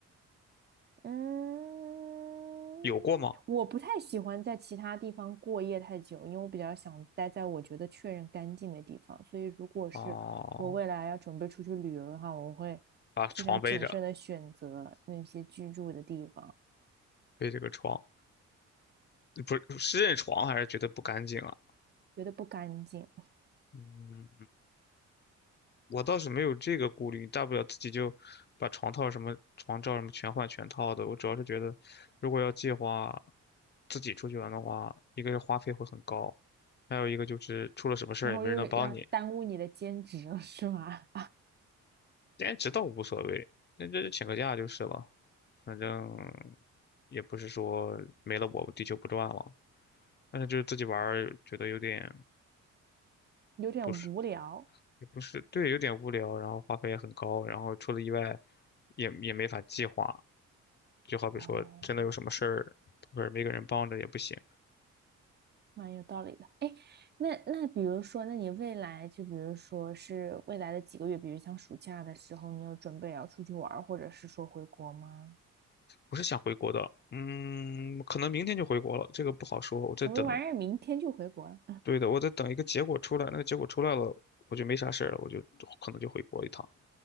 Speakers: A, on the right; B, on the left.
A: 嗯，
B: 有过吗？
A: 我不太喜欢在其他地方过夜太久，因为我比较想待在我觉得确认干净的地方。所以，如果是我未来要准备出去旅游的话，
B: 哦，
A: 我会非常谨慎的选择那些居住的地方，
B: 把床背着，背着个床。不是是认床还是觉得不干净啊？
A: 觉得不干净，
B: 嗯，我倒是没有这个顾虑，大不了自己就把床套什么、床罩什么全换全套的。我主要是觉得，如果要计划自己出去玩的话，一个是花费会很高，还有一个就是出了什么事儿也没人能帮你。
A: 然后又要耽误你的兼职了，<laughs> 是吧？
B: 兼职倒无所谓，那这就请个假就是了，反正也不是说没了我地球不转了。但是就是自己玩儿觉得有点
A: <laughs> 有点无聊。
B: 不也不是，对，有点无聊，然后花费也很高，然后出了意外也也没法计划，就好比说真的有什么事儿，
A: 哦，
B: 或者没个人帮着也不行。
A: 蛮有道理的。哎，那那比如说，那你未来就比如说是未来的几个月，比如像暑假的时候，你有准备要出去玩儿，或者是说回国吗？
B: 我是想回国的，嗯，可能明天就回国了，这个不好说，我在等，
A: 什么玩意儿？明天就回国了？
B: 对的，我在等一个结果出来，那个结果出来了，我就没啥事儿了，我就可能就回国一趟，